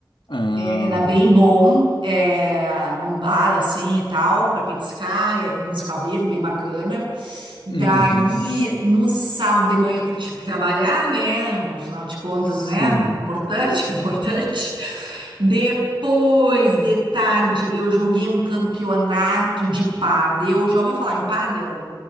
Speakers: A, on the left; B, on the right.
A: Ah,
B: Era bem bom, é, num bar assim e tal, pra petiscar, e aí com música ao vivo, bem bacana. Daí,
A: uhum,
B: no sábado de manhã, eu tive que trabalhar, né? Afinal de contas,
A: sim.
B: né? É Importante, <laughs> é importante. Depois de tarde, eu joguei um campeonato de pádel. Já ouviu falar em pádel?